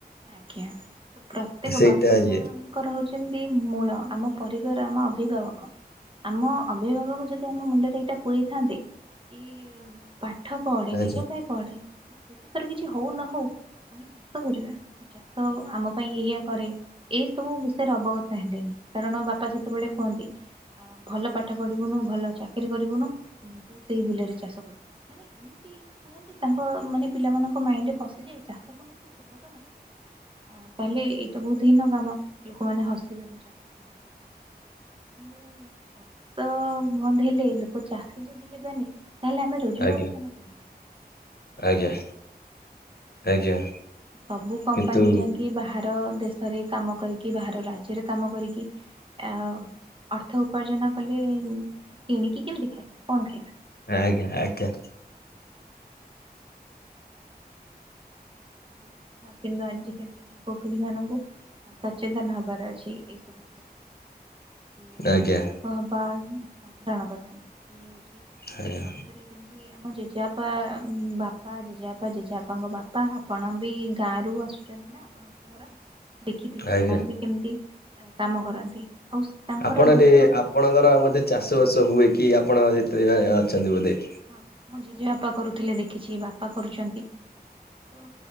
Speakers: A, on the right; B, on the left.
A: ଆଜ୍ଞା ତ ପ୍ରତ୍ୟେକ
B: ସେଇଟା
A: ବାପା ମାଙ୍କର
B: ଇଏ
A: ହଉଛି। ଛନ୍ତି ମୂଳ ଆମ ପରିବାର ଆମ ଅଭିଭାବକ। ଆମ ଅଭିଭାବକ ଯଦି ଆମ ମୁଣ୍ଡରେ ଏଇଟା ପୁରେଇଥାନ୍ତେ। କି ପାଠ ପଢେ
B: ଆଜ୍ଞା
A: ନିଜ ପାଇଁ ପଢେ। ଭବିଷ୍ୟତରେ କିଛି ହଉ ନ ହଉ ଆମେ ଚାଷ କରିବା। ଚାଷ ଆମ ପାଇଁ ଏଇଆ କରେ ଏଇସବୁ ବିଷୟରେ ଅବଗତ ହେଲେନି କାରଣ ବାପା ସେତେବେଳେ। କୁହନ୍ତି। ଭଲ ପାଠ ପଢିବୁନୁ ଭଲ ଚାକିରି କରିବୁନୁ ତୁ ସେଇ ବିଲରେ ଚାଷ କରିବୁ ମାନେ ଏମିତି କୁହନ୍ତି ତାଙ୍କ ମାନେ ପିଲାମାନଙ୍କ ମାଇଣ୍ଡରେ ପସିଯାଏ ଚାଷ କଣ ଏତେ ଛୋଟ କାମ। ଆ ତାହେଲେ ଏଇଟା ବହୁତ ହୀନ କାମ ଲୋକମାନେ ହସିବେ ମୁଁ ଚାଷ କରିଲେ। କିନ୍ତୁ ଚାଷ ବନ୍ଦ ହେଲେ ଲୋକ ଚାଷୀ ଯଦି ହେବାନି। ତାହେଲେ ଆମେ ରୋଜଗାର
B: ଆଜ୍ଞା
A: କ୍ଷମ କେମିତି ହେବା।
B: ଆଜ୍ଞା ଆଜ୍ଞା।
A: ସବୁ କମ୍ପାନୀ
B: କିନ୍ତୁ
A: ଯାଇଁକି ବାହାରେ। ବାହାର ଦେଶରେ କାମ କରିକି ବାହାର ରାଜ୍ୟରେ କାମ କରିକି ଆ ଅର୍ଥ ଉପାର୍ଜନ କଲେ କିଣିକି କେମିତି ଖାଇବା କଣ ଖାଇବା?
B: ଆଜ୍ଞା ଆଜ୍ଞା।
A: କଥା କିନ୍ତୁ ଆଜିକାଲି ଯୁବପିଢି ମାନଙ୍କୁ ସଚେତନ ହବାର ଅଛି ଏ ସବୁ। କି
B: ଆଜ୍ଞା
A: କୃଷକ ହବା ସାଧାରଣ କଥା କିଏ ହଉଛି।
B: ଆଜ୍ଞା
A: ପ୍ରକୃତରେ ଯେମତି ଆମ ଜେଜେବାପା, ବାପା, ଜେଜେବାପା, ଜେଜେବାପାଙ୍କ ବାପା। ଆପଣ ବି ଗାଁରୁ ଆସୁଚନ୍ତି ନା ଆପଣଙ୍କ ଘର ଦେଖିଥିବେ ସେମାନେ
B: ଆଜ୍ଞା
A: ବି କେମତି କାମ କରନ୍ତି। ଆଉ ତାଙ୍କର
B: ଆପଣ
A: ରୋଗ
B: ଦେ
A: ବି
B: ଆପଣଙ୍କର ବୋଧେ ଚାଷବାସ ହୁଏ କି ଆପଣ ଏଥେରେ ଅଛନ୍ତି ବୋଧେ।
A: ହଁ ମୋ ଜେଜେବାପା କରୁଥିଲେ ଦେଖିଚି ବାପା କରୁଛନ୍ତି। ତ